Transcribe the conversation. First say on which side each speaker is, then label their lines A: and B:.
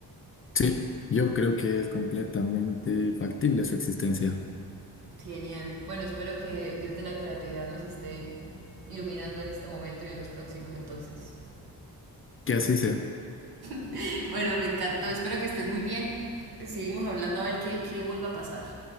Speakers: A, on the left; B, on the right.
A: Sí, yo creo que es completamente factible su existencia.
B: Genial. Bueno, espero que el Dios de la creatividad nos esté iluminando en este momento y en los próximos entonces.
A: Que así sea.
B: <laughs> Bueno, me encantó, espero que estés muy bien. Seguimos hablando a ver qué, qué vuelve a pasar